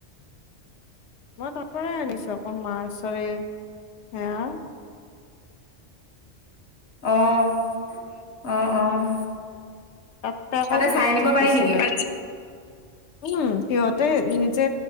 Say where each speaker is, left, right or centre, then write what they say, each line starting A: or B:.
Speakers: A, on the left (about 80°); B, on the left (about 60°).
A: মই তাৰ পৰাই আনিছো আকৌ মাৰ্চৰে হেয়া
B: অ', অ', অ',
A: তাত আকৌ
B: তাতে চাই
A: মেট্ৰিক
B: আনিব পাৰি
A: দিছিলে
B: নেকি?
A: উম সিহঁতে নিজে